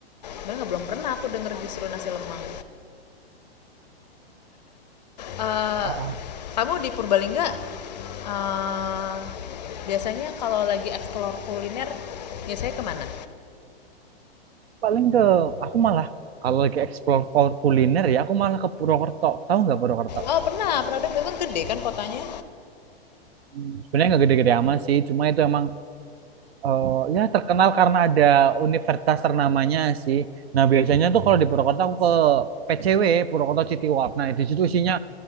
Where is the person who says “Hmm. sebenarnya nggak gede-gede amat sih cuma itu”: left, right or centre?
Right